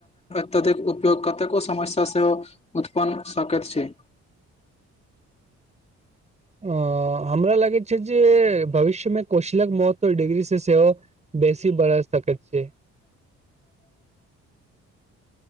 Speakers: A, on the left (about 20°); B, on the right (about 20°).
A: धिक उपयोग कतेको समस्या सेहो उत्पन्न सकैत छै
B: आ हमरा लगैत छै जे भविष्यमे कौशलक महत्व डिग्री से सेहो बेसी बढ़ सकैत छै।